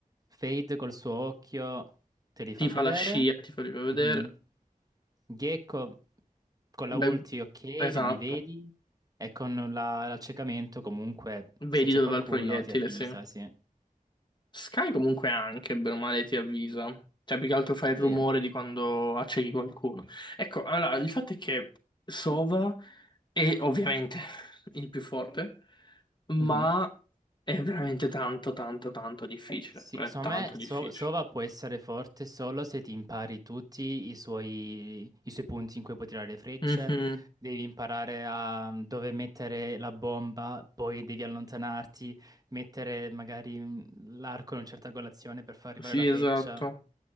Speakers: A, on the right; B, on the left.
A: Fade col suo occhio te li fa
B: Ti
A: vedere.
B: fa la scia, ti fa vedere.
A: Mhm. Gecko con la
B: Beh,
A: ulti ok,
B: esatto,
A: li vedi. E con la- l'accecamento comunque
B: vedi
A: se c'è
B: dove
A: qualcuno
B: va il proiettile,
A: ti avvisa,
B: sì.
A: sì.
B: Sky comunque anche, bene o male, ti avvisa. Cioè, più che altro fa
A: Sì.
B: il rumore di quando accechi qualcuno. Ecco, allora, il fatto è che Sova è ovviamente <laughs> il più forte, ma
A: Mhm.
B: è veramente tanto, tanto, tanto difficile.
A: Sì,
B: È
A: secondo
B: tanto
A: me
B: difficile.
A: So- Sova può essere forte solo se ti impari tutti i suoi, i suoi punti in cui puoi tirare le frecce,
B: Mhm.
A: devi imparare a mm, dove mettere la bomba, poi devi allontanarti, mettere magari mm, l'arco in una certa angolazione per far arrivare
B: Sì,
A: la freccia.
B: esatto.